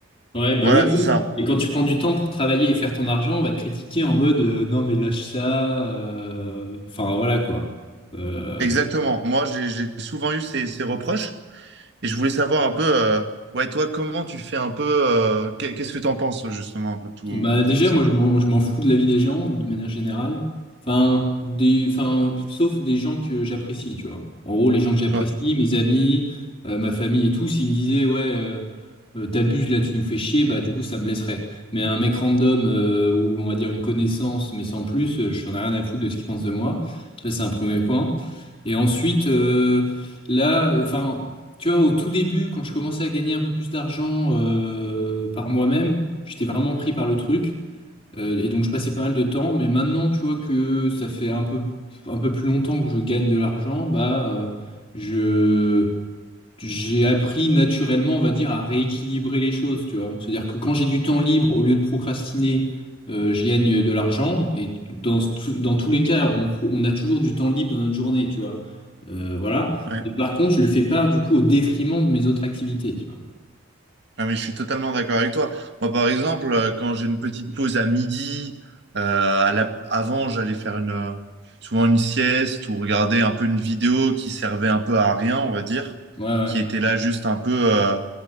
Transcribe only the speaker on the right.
Voilà,
c'est
ça.
Exactement. Moi, j'ai j'ai souvent eu ces, ces reproches et je voulais savoir un peu, euh, ouais, toi, comment tu fais un peu, euh, qu'est- qu'est-ce que t'en penses justement un peu de tout,
de
tout ça?
Ouais,
ouais.
Ah, mais je suis totalement d'accord avec toi. Moi, par exemple, euh, quand j'ai une petite pause à midi, euh, à la- avant, j'allais faire une, euh, souvent une sieste ou regarder un peu une vidéo qui servait un peu à rien, on va dire,
qui était là juste un peu, euh,